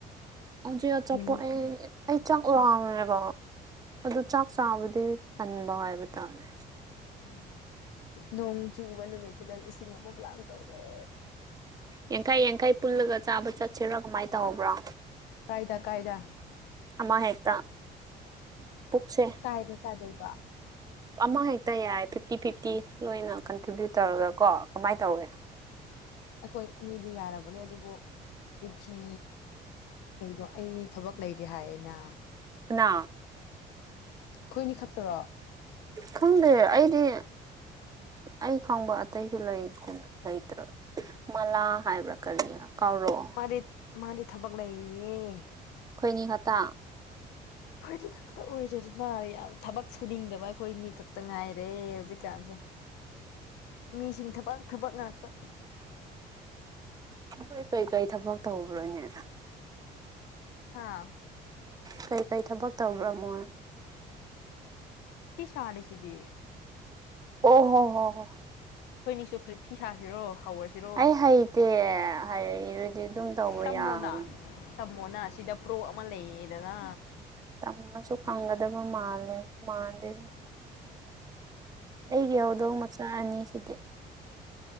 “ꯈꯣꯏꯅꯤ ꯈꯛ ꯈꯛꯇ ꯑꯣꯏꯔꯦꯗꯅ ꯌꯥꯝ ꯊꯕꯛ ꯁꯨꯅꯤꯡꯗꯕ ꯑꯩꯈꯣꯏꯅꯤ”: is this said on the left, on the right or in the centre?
Left